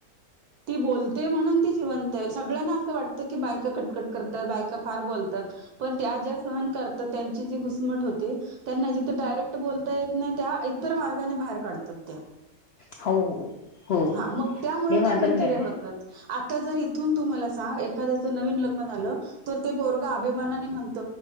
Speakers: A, on the right (about 85°); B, on the left (about 75°).
A: ती बोलते म्हणून ती जिवंत आहे, सगळ्यांना असं वाटत. की बायका कटकट करतात, बायका फार बोलतात. पण त्या ज्या सहन करतात, त्यांची जे घुसमट होते, त्यांना जिथे डायरेक्ट. बोलता येत नाही त्या, इतर मार्गाने बाहेर काढतात त्या.
B: हो हो
A: हा मग त्यामुळे
B: हे मात्र
A: त्या, किरकिऱ्या
B: खरं आहे
A: होतात. आता जर इथून तू मला सांग, एखाद्याच नवीन लग्न झालं. तर ते पोरग अभिमानाने म्हणत,